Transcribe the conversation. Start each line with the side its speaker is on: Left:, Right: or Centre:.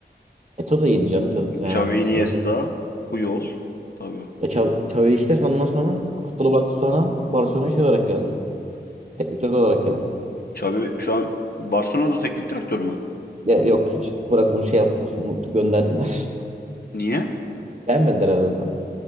Right: Eto da iyiydi canım. Eto, yani.
Left: Xavi Iniesta,
Right: Öyle.
Left: Puyol. Tabii.
Right: E, Xav- Xavi işte ondan sonra futbola bıraktı sonra Barcelona şey olarak geldi. Teknik direktör olarak geldi.
Left: Xavi şu an Barcelona'da teknik direktör mü?
Right: Ya, yok bırakın onu şey yaptılar. Onu gönderdiler.
Left: Niye?
Right: <laughs> Beğenmediler herhalde.